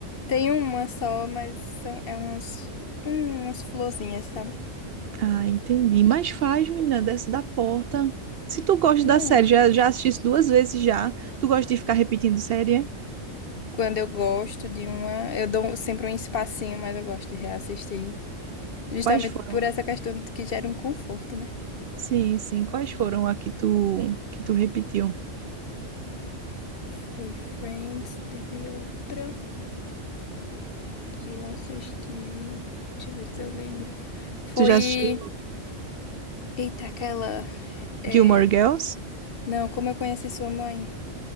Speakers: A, on the left (about 55°); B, on the right (about 60°).
A: Tem uma só, mas são... é umas... hum, umas florzinhas, sabe?
B: Ah, entendi. Mas faz, menina, desce da porta. Se tu gosta
A: É.
B: da série, já, já assististe duas vezes já. Tu gosta de ficar repetindo série? é?
A: Quando eu gosto de uma, eu dou sempre um espacinho, mas eu gosto de reassistir. Justamente
B: Quais foram?
A: por essa questão de que gera um conforto, né?
B: Sim, sim. Quais foram a que tu, que tu repetiu?
A: Foi Friends, teve outra que eu assisti. Deixa eu ver se eu lembro. Foi.
B: Tu já assistiu
A: Eita, aquela. É...
B: Gilmore Girls?
A: Não, como eu conheci sua mãe?